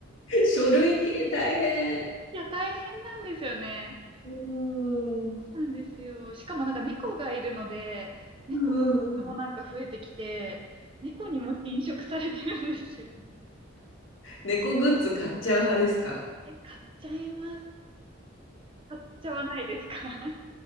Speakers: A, on the left; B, on the right.
A: <laughs> 書類系大変。
B: いや、大変なんですよね。
A: うん。うん
B: なんですよ。しかもなんか猫がいるので、猫の人もなんか増えてきて、
A: うんうん。
B: 猫にも侵食されてるんですよ。
A: 猫グッズ買っちゃう派ですか
B: え、買っちゃいます。買っちゃわないですか <laughs>